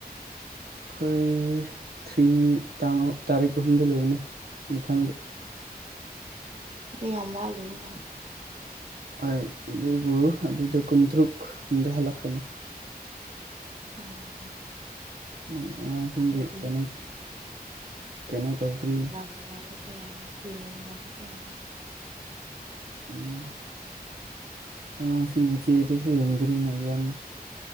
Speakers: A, on the right; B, on the right.
A: ꯑꯩꯈꯣꯏ ꯊ꯭ꯔꯤ ꯇꯥꯡ ꯇꯥꯔꯤꯛ ꯑꯍꯨꯝꯗ ꯂꯣꯏꯅ ꯃꯊꯪ
B: ꯌꯥꯝ ꯃꯂꯤꯅ
A: ꯍꯣꯏ ꯑꯗꯨꯕꯨ ꯑꯗꯨꯗ ꯀꯨꯟꯇꯔꯨꯛꯗ ꯍꯜꯂꯛꯈ꯭ꯔꯅꯤ
B: ꯎꯝ <inaudible> <inaudible>
A: ꯃꯣꯏ ꯑꯉꯥꯡꯁꯤꯡꯒꯤ
B: ꯑꯗꯨꯗꯤ
A: ꯀꯩꯅꯣ ꯀꯩꯅꯣ ꯇꯧꯗ꯭ꯔꯤ
B: ꯌꯥꯝ ꯅꯨꯡꯉꯥꯏꯊꯣꯛꯄ ꯌꯥꯔꯦ ꯀꯨꯏꯅ ꯅꯨꯡꯉꯥꯏꯊꯣꯛꯄ ꯌꯥꯔꯦ
A: ꯎꯝ ꯑꯉꯥꯡꯁꯤꯡꯒꯤ ꯆꯦꯗꯨꯁꯨ ꯌꯦꯡꯗ꯭ꯔꯤꯅꯦ ꯌꯥꯝ